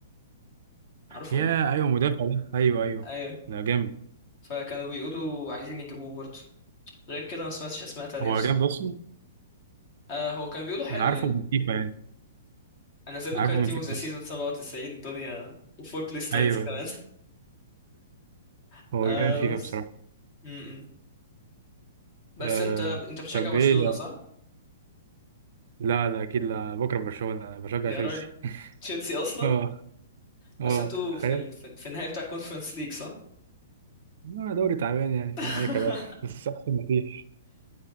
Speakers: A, on the left; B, on the right.
A: عارفه؟
B: يا ايوه مدافع ده ايوه ايوه
A: أيوه
B: ده جامد
A: فكانوا بيقولوا عايزين يجيبوه برضو غير كده ما سمعتش أسماء تانية
B: هو
A: بصراحة
B: جامد اصلا
A: آه هو كان بيقولوا حلو
B: انا عارفه
A: يعني
B: من فيفا يعني
A: أنا نزل
B: عارفه
A: له كارت
B: من
A: تيم
B: فيفا
A: اوف ذا سيزون
B: بس
A: 97 دنيا وفور بلاي ستايلز
B: ايوه
A: كمان
B: أيوة.
A: <laughs>
B: هو
A: آه
B: جامد فيفا
A: بس
B: بصراحه
A: م- م. بس
B: آه...
A: انت انت بتشجع
B: طب
A: برشلونة
B: ايه ده؟
A: صح؟
B: لا لا اكيد لا بكره برشلونه انا بشجع
A: يا
B: تشيلسي
A: راجل
B: <laughs>
A: تشيلسي اصلا
B: اه اه
A: بس انتوا
B: تخيل
A: في ال... في في النهاية بتاع كونفرنس ليج صح؟
B: لا دوري تعبان يعني فاهم
A: <laughs>
B: اي كلام بس احسن ما فيش